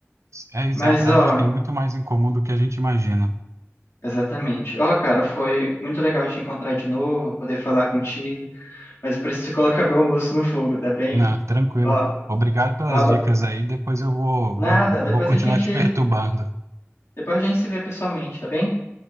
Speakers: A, on the right; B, on the left.
A: É exato,
B: Mas,
A: a
B: ó,
A: gente tem muito mais em comum do que a gente imagina.
B: exatamente. Ó, cara, foi muito legal te encontrar de novo, poder falar contigo, mas eu preciso <laughs> colocar meu almoço no fogo, tá bem?
A: Não, tranquilo.
B: Ó,
A: Obrigado pelas
B: Um abra-
A: dicas aí, depois eu vou,
B: Nada,
A: vou,
B: depois
A: vou continuar
B: a gente,
A: te <laughs> perturbando.
B: depois a gente se vê pessoalmente, tá bem?